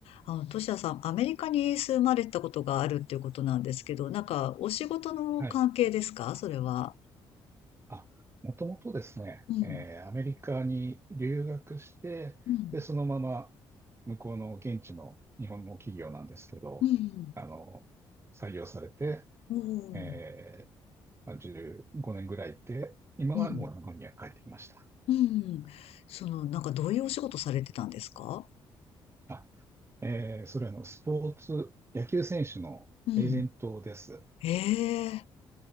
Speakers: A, on the left (about 70°); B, on the right (about 25°).
A: あの、トシヤさん、アメリカに住まれたことがあるっていうことなんですけど、なんか、お仕事の関係ですかそれは。
B: はい。あ、もともとですね、
A: うん、
B: えーアメリカに留学して、
A: うん、
B: で、そのまま向こうの現地の日本の企業なんですけど、
A: うん、
B: あの、採用されて、
A: お
B: えー
A: ー、
B: まあ15年ぐらいいて、今はもう日本には帰ってきました。
A: うん、うん。その、なんか、どういうお仕事されてたんですか
B: あ、えーそれはあのスポーツ、野球選手のエージェントです。
A: うん。ええ